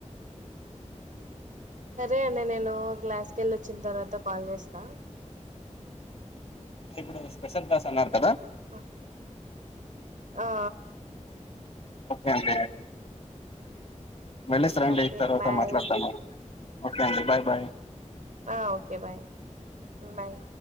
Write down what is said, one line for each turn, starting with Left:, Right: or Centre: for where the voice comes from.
Right: సరే అండి నేను క్లాస్కి వెళ్ళి వచ్చిన తర్వాత కాల్ చేస్తా
Left: ఇప్పుడు స్పెషల్ క్లాస్ అన్నారు కదా
Right: ఆ ఆ
Left: ఒకే అండి వెళ్ళొస్తారండి
Right: ఓకే
Left: ఈ తర్వాత
Right: బాయ్
Left: మాట్లాడతాను ఓకే అండి బై బాయ్
Right: ఆ ఓకే బాయ్ బాయ్